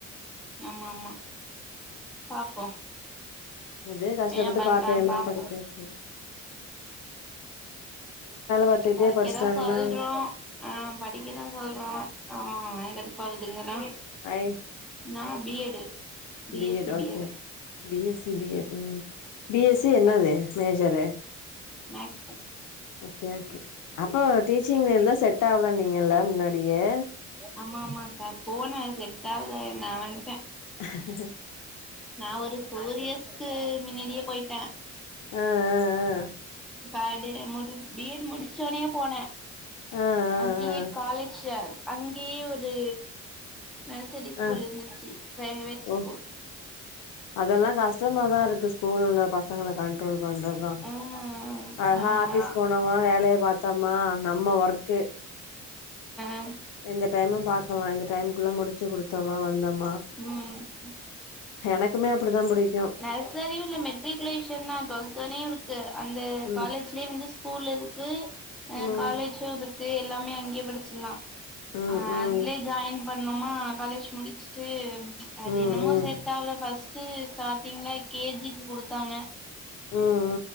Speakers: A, in the centre; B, on the left.
A: ஆமா ஆமா பாப்போ
B: எப்டியாவது கஷ்டப்பட்டு
A: என்ன பண்றான்னு
B: பார்ட்டைம்மா
A: பாப்போ
B: படிக்க வச்சுடு பாத்துக்கிட்டே
A: படிக்க
B: படிச்சுட்டாங்கன்னா
A: தா சொல்றோ ஆ படிக்கதா சொல்றோ ஆமா அவெ எங்கருந்து போகுதுங்கனா
B: அய்
A: நா B Ed
B: B
A: S
B: Ed
A: C
B: okay
A: Ed
B: B S C B Ed ம் பி எஸ் சி என்னது மேஜரு
A: மேக்ஸு
B: ஓகே ஓகே அப்ப டீச்சி வேலதா செட் ஆவலன்னீங்கல்ல முன்னாடியே
A: ஆமா ஆமாக்கா ஃபோனா செட்டாகவல நா வன்ட்டே
B: அஹ்ஹுஹு
A: நா ஒரு ஃபோர் இயர்ஸ்கு மின்னாடியே போயிட்டே
B: அ அ அ
A: பாடியே முடிச்சு பி எட் முடிச்சோனையே போனே
B: ஆ ஆ ஆ
A: அ பி
B: ஆ
A: எட் காலேஜு அங்கேயே ஒரு நர்சரி ஸ்கூல்
B: ஆ ஆ
A: இருந்துச்சு ப்ரைவேட்
B: ஓ
A: ஸ்கூல்
B: அதெல்லா கஸ்ட்டமா தா இருக்கு ஸ்கூல்ல பசங்கல கண்ட்ரோல் பண்றதா
A: ஆ
B: அழகா
A: ஆ
B: ஆபிஸ் போனமா வேலய பாத்தமா நம்ம ஒர்க் ர்கு
A: ஆ
B: இந்த டைமு பாத்தமா இந்த டைம்குள்ள முடிச்சு குடுத்தமா வந்தமா
A: ம் ம்
B: எனக்குமே அப்டிதா புடிக்
A: நர்சரியும் இல்ல மெட்ரிகுலேஷன் தான் டுவெல்த் வரியு இருக்கு அந்த
B: ம்
A: காலேஜ்லியு வந்து ஸ்கூல் இருக் கு ஆ
B: ம்
A: காலேஜும் இருக்கு எல்லாமே அங்கயே படிச்சுர்லா
B: ம்
A: அ
B: ம்
A: அதுல்யே ஜாயின் பண்ணோமா காலேஜ் முடிச்சுட்டு அது
B: ம்
A: என்னமோ
B: ம் ம்
A: செட் ஆவுல ஃபஸ்ட்டு ஸ்டார்டிங்ல கேஜிக்கு குடுத்தாங்க
B: ம் ம்